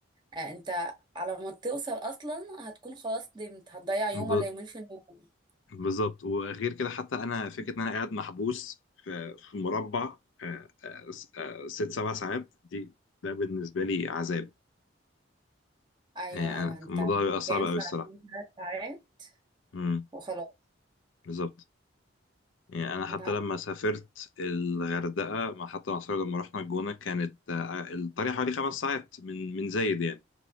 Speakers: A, on the right; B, on the left.
A: آه، انت على ما توصل اصلا هتكون خلاص دمت هتضيع يوم
B: ب...
A: ولا يومين في النوم
B: بالظبط وغير كده حتى أنا فكرة
A: مم.
B: إن أنا قاعد محبوس في, في مربع آه آه آه ست سبع ساعات دي ده بالنسبة لي عذاب
A: ايوه
B: يعني
A: ايوه
B: أنا-
A: انت
B: الموضوع بيبقى صعب
A: كام
B: أوي
A: ساعتين
B: الصراحة
A: ثلاث ساعات
B: امم
A: وخلاص
B: بالظبط يعني أنا حتى
A: لا
B: لما سافرت الغردقة مع حتى مع صحابي لما رحنا الجونة كانت آه الطريق
A: مم.
B: حوالي خمس ساعات من من زايد يعني